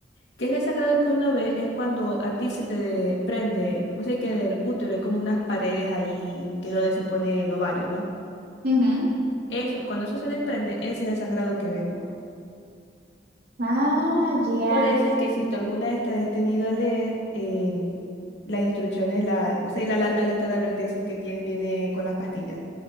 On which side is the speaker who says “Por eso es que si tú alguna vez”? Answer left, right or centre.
Left